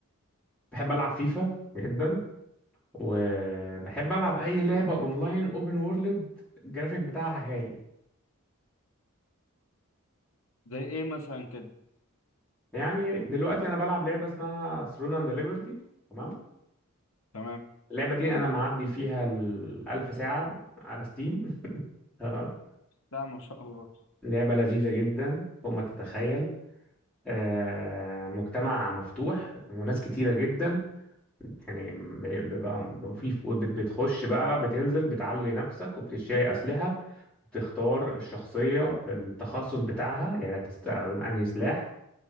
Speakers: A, in the centre; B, on the left (about 70°).
A: بحب العب فيفا جدا وبحب العب اي لعبة اونلاين اوبن وورلد الجرافيك بتاعها عالي
B: زي ايه مثلا كده
A: يعني دلوقتي انا بلعب لعبه اسمها ثرون اند ليبرتي تمام
B: تمام
A: اللعبه دي انا معدي فيها الألف ساعه على ستيم <laughs> تمام
B: لا ما شاء الله
A: لعبه لذيذه جدا فوق ما تتخيل آه، مجتمع مفتوح وناس كتيره جدا يعني بيبقى في بتخش بقى بتنزل بتعلي نفسك وبتشتري اسلحه وبتختار الشخصيه التخصص بتاعها يعني هتستخدم انهي سلاح